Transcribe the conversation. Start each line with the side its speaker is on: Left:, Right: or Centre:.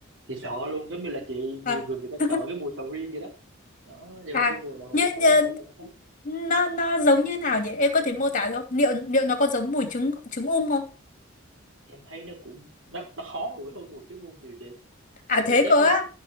Right: chị sợ luôn giống như là chị nhiều
Left: à,
Right: người
Left: <laughs>
Right: người ta sợ cái mùi sầu riêng vậy đó đó nhưng
Left: à
Right: mà cái mùi đậu hũ
Left: như, như,
Right: thối này thì nó khác
Left: nó nó giống như nào nhỉ? Em có thể mô tả được không? Liệu liệu nó có giống mùi trứng trứng ung không?
Right: em thấy nó cũng nó, nó khó đuổi hơn mùi chó muôn nhiều chị
Left: À
Right: em
Left: thế
Right: cảm giác
Left: cơ
Right: nó,
Left: á.